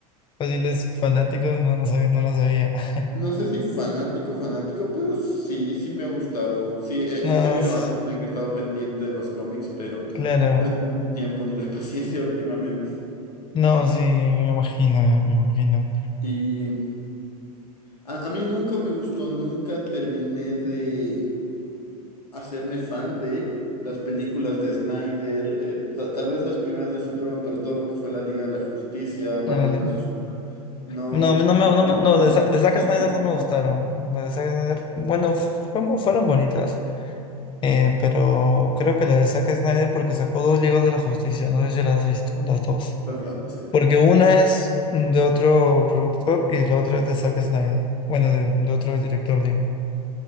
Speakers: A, on the left; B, on the left.
A: fáciles fanáticos, no, no sabía, no lo sabía. <laughs>
B: No sé si fanático, fanático, pero sí, sí me ha gustado. Sí, eh,
A: No,
B: sí ha habido
A: s-
B: años en que he estado pendiente de los cómics, pero
A: claro,
B: no he tenido el tiempo ni la <laughs> paciencia últimamente.
A: no, sí, me imagino, ya, me imagino.
B: Y a, a mí nunca me gustó, nunca terminé de hacerme fan de las películas de Snyder, eh, ta- tal vez las primeras de Superman, pero todo lo que fue la Liga de la Justicia, Batman
A: A
B: versus Superman, no,
A: No, no me, no
B: no
A: me-
B: me
A: no,
B: terminé.
A: de, Sa- de Zack
B: ¿Y
A: Snyder
B: a ti?
A: no me gustaron. Las de Zack Snyder, bueno, fueron, fueron bonitas, eh, pero creo que la de Zack Snyder porque sacó dos Ligas de la Justicia, no sé si las has visto, las dos.
B: ¿Verdad? Sí.
A: Porque una es de otro productor y la otra es de Zack Snyder. Bueno, de, de otro director, digo.